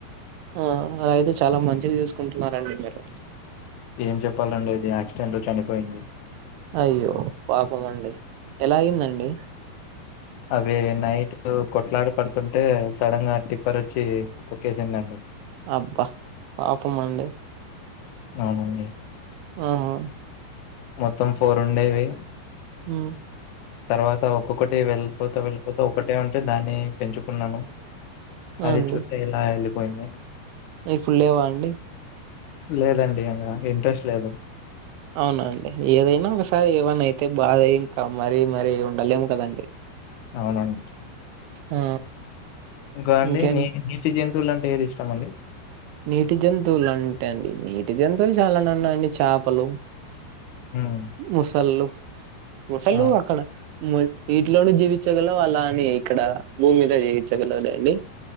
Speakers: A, on the right; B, on the left.
A: ఆ అల అయితే చాలా మంచి చూసుకుంటున్నారండి మీరు
B: ఏం చెప్పాలండి ఇది యాక్సిడెంట్ లో చనిపోయింది
A: అయ్యో పాపం అండి ఎల అయిందండి.
B: అవి నైట్ కొట్లాడు పడుతుంటే సడన్ గా టిప్పర్ వచ్చి తొక్కేసిందండి
A: అబ్బ పాపమండి
B: అవునండి
A: ఆహ
B: మొత్తం ఫోర్ ఉండేవి
A: హు
B: తర్వాత ఒక్కొక్కటి వెళ్ళిపోత వెళ్ళిపోత ఒకటే ఉంటే దాన్ని పెంచుకున్నాను
A: ఆ
B: అది
A: అండి
B: చూసే ఇలా ఎళ్ళిపోయింది
A: <unintelligible> లేవా అండి
B: లేదండి ఇంగ ఇంట్రెస్ట్ లేదు
A: అవునండి ఏదైన ఒకసారి <unintelligible> అయితే బాధ ఇంకా మరీ మరీ ఉండలేము కదండి
B: అవునండి
A: ఆ
B: ఇంకా అండి
A: ఇంకేం
B: నీ నీటి జంతువులు అంటే ఏది ఇష్టమండి
A: నీటి జంతువులు <unintelligible> అండి నీటి జంతువులు చాలానే ఉన్నాయండి చపలు
B: హ్మ్.
A: ముసలు ముసలు
B: ఆ! అండి.
A: అక్కడ ము నీట్లోనే జీవించగలవు అలా అని ఇక్కడ భూమి మీద జీవించగలదండి